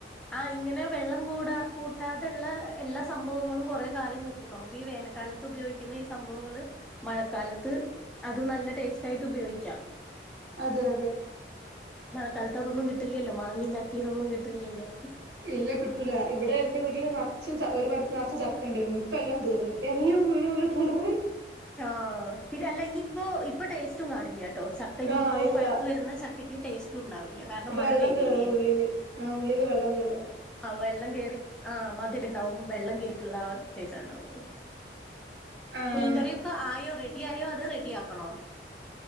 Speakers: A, in the centre; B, on the right (about 80°).
A: ആ് ഇങ്ങനെ വെള്ളം കൂടാ കൂട്ടാതെയുള്ള എല്ലാ സംഭവങ്ങളും കൊറെ കാലം നിക്കും നമുക്ക് ഈ വേന. മഴക്കാലത്ത് ഉപയോഗിക്കുന്ന ഈ സംഭവങ്ങള് മഴക്കാലത്ത് അത് നല്ല ടേസ്റ്റ് ആയിട്ട് ഉപയോഗിക്കാം.
B: അതെ അതെ.
A: ഇക്കാലത്ത് അതൊന്നും കിട്ടില്ലല്ലോ മാങ്ങേം ചക്കേം ഇതൊന്നും കിട്ടില്ലല്ലോ
B: ഇല്ല കിട്ടൂല ഇവിടെ എൻറെവീട്ടില് നെറച്ചും ഒരു മര നർച്ച് ചക്കണ്ടായിരുന്നു ഇപ്പ എല്ലാം തീർന്ന് എല്ലാം വീണ് വീണ് തീർന്നുപൊയി
A: ആ ഇതല്ല ഇനിയിപ്പോ ഇപ്പൊ ടേസ്റ്റും കാണില്ല ട്ടോ ചക്കയിനിയിപ്പോ
B: ആഹ് ഇല്ല
A: പഴുത്തു വരുന്ന ചക്കയ്ക്ക് ടേസ്റ്റും ഉണ്ടാവില്ല കാരണം
B: വെള്ളം
A: മഴ പെയ്തില്ലേ
B: കേറും ഉള്ളില് ആ ഉള്ളില് വെള്ളം കേറും
A: ആ വെള്ളം കേറി ആ മധുരം ഉണ്ടാവും വെള്ളം കേറിട്ടുള്ള ടേസ്റ്റ് ഉണ്ടാവുള്ളൂ
B: ആഹ്
A: മീൻകറിയൊക്കെ ആയോ റെഡിയായോ അതോറെഡിയാക്കണോ